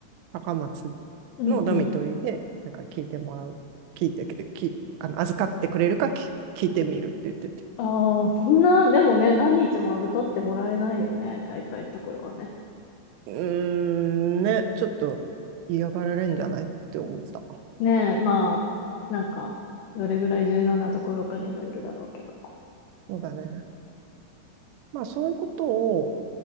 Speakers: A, on the right; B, on the left.
A: 高松
B: うんうん。
A: のドミトリーで、なんか聞いてもらう、聞いて、き、あの、預かってくれるかき聞いてみるって言ってて。
B: ああ、そんな、でもね、何日も預かってもらえないよね。大体のところはね。
A: うーん、ね、ちょっと嫌がられるんじゃないって思ってた。
B: ねえ、まあ、なんか、どれぐらい柔軟なところかにもよるだろうけど。
A: そうだね。まあ、そういうことを